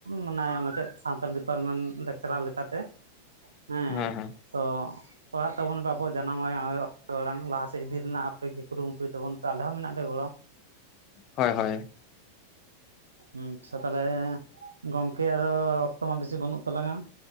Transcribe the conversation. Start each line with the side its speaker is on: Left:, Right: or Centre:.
Right: ᱢᱟᱱᱮ ᱢᱟᱪᱮᱫ ᱥᱟᱱᱛᱟᱞ ᱰᱤᱯᱟᱨᱢᱮᱱᱴ ᱞᱮᱠᱪᱟᱨᱟᱨ ᱞᱮᱠᱟᱛᱮ। ᱦᱩᱸ
Left: ᱦᱮᱸ ᱦᱮᱸ
Right: ᱛᱚ ᱯᱟᱲᱦᱟᱜ ᱛᱟᱵᱚᱱ ᱯᱮ ᱟᱵᱚᱣᱟᱜ ᱡᱟᱱᱟᱢ ᱟᱲᱟᱝ ᱟᱭᱳ ᱟᱲᱟᱝ ᱞᱟᱦᱟᱥᱮᱫ ᱤᱫᱤ ᱨᱮᱱᱟᱜ ᱟᱯᱮᱜᱮ ᱠᱩᱨᱩᱢᱩᱴᱩᱭ ᱛᱟᱵᱚᱱ ᱯᱮ ᱟᱞᱮ ᱦᱚᱸ ᱢᱮᱱᱟᱜ ᱞᱮᱭᱟ ᱜᱚᱲᱚ।
Left: ᱦᱳᱭ ᱦᱳᱭ
Right: ᱟᱪᱪᱷᱟ ᱛᱟᱦᱚᱞᱮ ᱜᱚᱝᱠᱮ ᱟᱫᱚ ᱚᱠᱛᱚ ᱢᱟ ᱵᱮᱥᱤ ᱵᱟᱹᱱᱩᱜ ᱛᱟᱞᱟᱝᱼᱟ।